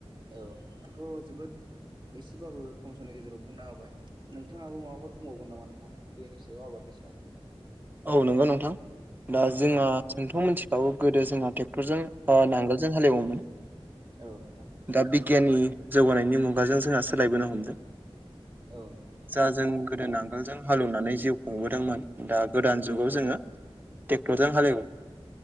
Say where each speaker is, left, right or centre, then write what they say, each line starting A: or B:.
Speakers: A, on the right (about 50°); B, on the right (about 20°).
A: औ आंथ' जोबोद एसेबाबो खम समनि गेजेराव बुंना होबाय नोंथाङाबो माबाफोर बुंबावगोन नामा नोंथां बेनि सायाव आबादनि सायाव
B: औ नंगौ नोंथां दा जोंङा
A: औ
B: जोंथ' मिथिखाबो गोदो जोंहा ट्रेक्टरजों अ नांगोलजों हालेवोमोन
A: औ नोंथां
B: दा बिगियाननि जौगानायनि मुगाजों जोंहा सोलायबोनो हमदों
A: औ नोंथां
B: जा जों गोदो आगोलजों हालौवनानै जिउ खुंबोदोंमोन दा गोदान जुगाव
A: औ
B: जोङो
A: नोंथां
B: टेक्टरजों हालेव